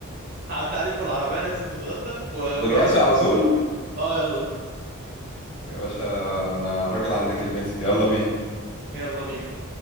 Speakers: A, on the right; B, on the left.
A: هعدي عليك بالعربية ننزل نتغدى و- واجهز
B: دلوقتي
A: فلوس
B: على طول
A: اه يلا
B: يا باشا أنا راجل عند كلمتي يلا بينا
A: يلا بينا